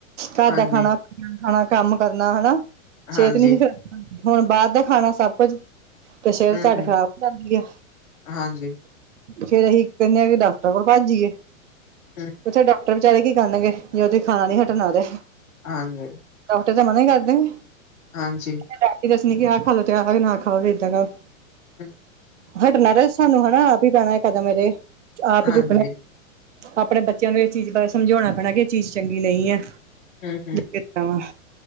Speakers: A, on the right; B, on the left.
A: ਘਰ
B: ਹਾਂਜੀ,
A: ਦਾ ਖਾਣਾ ਖਾਣਾ, ਕੰਮ ਕਰਨਾ ਹੈਨਾ! ਸਿਹਤ
B: ਹਾਂਜੀ,
A: ਨਹੀਂ ਹੀ <inaudible> ਹੁਣ ਬਾਰ ਦਾ ਖਾਣਾ ਸਭ ਕੁੱਝ। ਤੇ ਸਿਹਤ
B: ਹੂੰ-ਹੂੰ,
A: ਸਾਡੀ ਖ਼ਰਾਬ ਕਰਦੀ ਐ,
B: ਹਾਂਜੀ।
A: ਫੇਰ ਅਸੀਂ ਕਹਿੰਦੇ ਆ ਬੀ ਡਾਕਟਰ ਕੋਲ ਭੱਜ ਜੀ,
B: ਹੂੰ,
A: ਓਥੇ ਡਾਕਟਰ ਵਿਚਾਰੇ ਕੀ ਕਰਨਗੇ। ਜੇ ਓਦੀ ਖਾਣਾ ਨੀ ਹਟਣਾ
B: ਹੂੰ,
A: ਤੇ,
B: ਹਾਂਜੀ,
A: ਡਾਕਟਰ ਤੇ ਮਨਾ ਈ ਕਰਦੇ ਨੇਂ।
B: ਹਾਂਜੀ।
A: <inaudible> ਦੱਸਣੀ ਕਿ ਆਹ ਖਾ ਲੋ ਤੇ ਆ ਕੇ ਨਾ ਖਾਓ ਇਦਾਂ ਦਾ।
B: ਹੂੰ,
A: ਹਟਣਾ ਰ ਸਾਨੂੰ ਹੈਨਾ ਆਪ ਹੀ ਪੈਣਾ ਕਦਮ ਹਜੇ, ਆਪ
B: ਹਾਂਜੀ,
A: ਹੀ ਚੁੱਕਣੇ ਆਪਣੇ ਬੱਚਿਆਂ ਨੂੰ ਇਸ ਚੀਜ਼ ਬਾਰੇ ਸਮਝਾਉਣਾ ਪੈਣਾ ਕਿ ਐ ਚੀਜ਼ ਚੰਗੀ ਨਈ ਐ।
B: ਹੂੰ-ਹੂੰ।
A: ਕਿਦਾਂ!